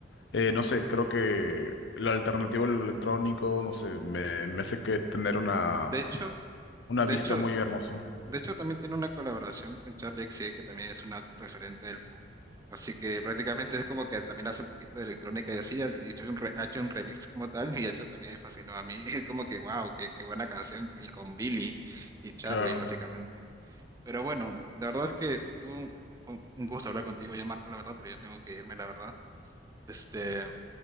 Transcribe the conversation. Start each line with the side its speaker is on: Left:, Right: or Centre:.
Left: Eh, no sé, creo que lo alternativo, lo electrónico, no sé, me, me hace que tener una
Right: De hecho,
Left: una
Right: de
Left: vista
Right: hecho,
Left: muy hermosa,
Right: De hecho, también tiene una colaboración con Charlie XCX, que también es una referente del pop. Así que prácticamente es como que también hace un poquito de electrónica y así, ha hecho un, re- ha hecho un remix como tal, y eso también me fascinó a mí. <laughs> Es como que, wow, qué, qué buena canción, y con Billy y Charlie,
Left: claro.
Right: básicamente. Pero bueno, la verdad es que tuvo un un gusto hablar contigo ya, Marco, la verdad, pero yo tengo que irme, la verdad. Este,